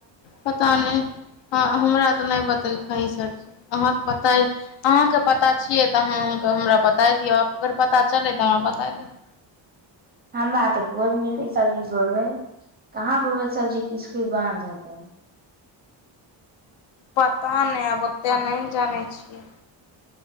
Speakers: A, on the left; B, on the right.
A: पता नहि हँ हमरा तऽ नहि बतेलकै कह सरी अहाँके पता अहाँके पता छियै तऽ अहाँ हम हमरा बताय दिअ अगर पता चलै तऽ हमरा बताय देब
B: <unintelligible> हमरा तऽ कोन मिलै सब्जी बोलबै कहाँ बोलबै सब्जी किस कि बानध है <unintelligible>
A: पता नहि आब ओतेक नहि ने जानै छियै